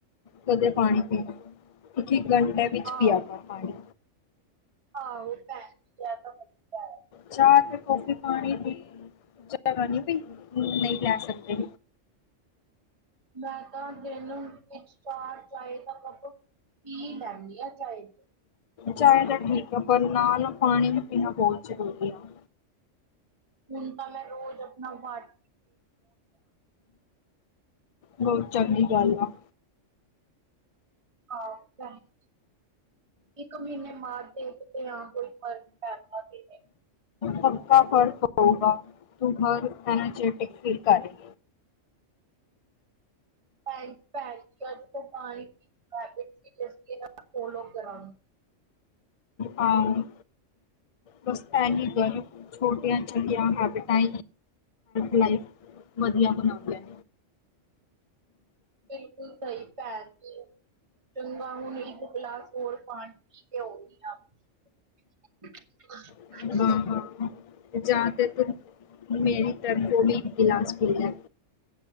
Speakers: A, on the left; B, on the right.
A: ਕਦੇ ਪਾਨੀ ਪੀਨਾ ਇੱਕ-ਇੱਕ ਘੰਟੇ ਵਿੱਚ
B: ਆਹੋ
A: ਪਿਆ ਕਰ ਪਾਨੀ
B: ਆਹੋ ਇਹ ਤਾ ਹੈਂ <unintelligible>
A: ਚਾਹ ਤੇ ਕੌਫੀ ਪਾਨੀ ਦੀ ਜਗਾ ਵੀ ਨਹੀਂ ਲੈ ਸਕਦੇ
B: ਮੈਂ ਤਾਂ ਦਿਨ ਵਿੱਚ ਚਾਰ ਚਾਹ ਦਾ ਕੱਪ ਪੀ ਲੈਣੀ ਆ ਚਾਏ।
A: ਚਾਹੇ ਤਾਂ ਠੀਕ ਆ, ਪਰ ਨਾਲ-ਨਾਲ ਪਾਨੀ ਵੀ ਪੀਨਾ ਬਹੁਤ ਜ਼ਰੂਰੀ ਆ
B: ਹੁਨ ਤਾਂ ਮੈਂ ਰੋਜ਼ ਅਪਨਾ ਵਟ
A: ਬਹੁਤ ਚੰਗੀ ਗੱਲ ਆ
B: <unintelligible> ਇੱਕ ਮੀਨੇ ਮਾਰ ਦੇ ਕਿਤੇ ਆਪ ਵੀ <unintelligible>
A: ਪੱਕਾ ਫਰਕ ਪਊਗਾ, ਤੂੰ ਘਰ ਐਨਰਜੈਟਿਕ ਫੀਲ ਕਰੇ।
B: <inaudible> <unintelligible>
A: ਹਾਂ, ਬਸ ਐਹੀ ਛੋਟੀਆਂ ਚਛੜੀਆਂ ਹੈਬਿਟਾਂ ਲਾਈਫ ਚ। ਵਦੀਆ ਬਨਾਂਦੈ।
B: ਬਿਲਕੁਲ, ਸਈ ਭੈਣ ਜੀ। ਚੰਗਾ ਹੁਨ, ਇੱਕ ਗਿਲਾਸ ਹੋਰ ਪਾਨੀਂ ਤ <unintelligible> <inaudible>
A: ਨੇ ਹਾਂ ਹਾਂ ਜਾਂ ਤੇ ਤੁ ਮੇਰੀ ਤਰਾਂ ਓ ਵੀ ਗਿਲਾਸ ਪੀਲੈ।